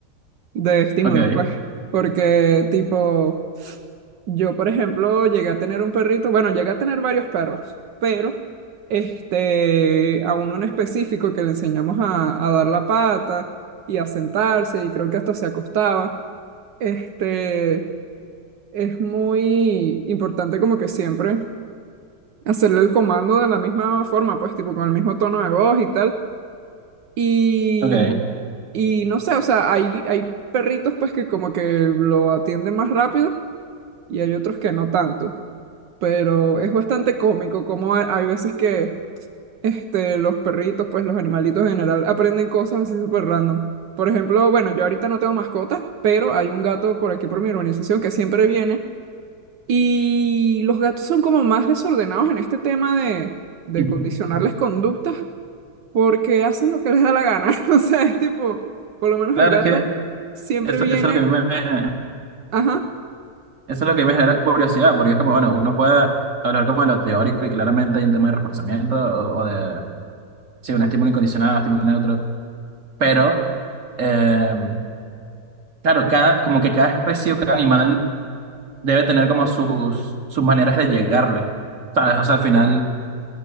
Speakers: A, on the right; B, on the right.
A: de estímulos,
B: ok,
A: pues, porque tipo, Yo, por ejemplo, llegué a tener un perrito, bueno, llegué a tener varios perros, pero este, a uno en específico que le enseñamos a, a dar la pata y a sentarse, y creo que hasta se acostaba. Este, es muy importante como que siempre hacerle el comando de la misma forma, pues tipo con el mismo tono de voz y tal. Y,
B: ok.
A: y no sé, o sea, hay, hay perritos pues que como que lo atienden más rápido y hay otros que no tanto. pero es bastante cómico como hay, hay veces que este, los perritos, pues los animalitos en general, aprenden cosas así súper random. Por ejemplo, bueno, yo ahorita no tengo mascota, pero hay un gato por aquí por mi urbanización que siempre viene y los gatos son como más desordenados en este tema de, de
B: <laughs>
A: condicionarles conductas porque hacen lo que les da la gana. <laughs> O sea, es tipo, por lo menos
B: Claro,
A: el gato
B: es que
A: siempre
B: eso,
A: viene,
B: eso es lo que a mí me,
A: ajá,
B: Eso es lo que me genera curiosidad, porque es como, bueno, uno puede hablar como de lo teórico y claramente hay un tema de reforzamiento o, o de, sí, un estímulo incondicionado, estímulo neutro, pero, eh, claro, cada, como que cada especie o cada animal debe tener como sus, sus maneras de llegarle, ¿sabes? O sea, al final,
A: sí,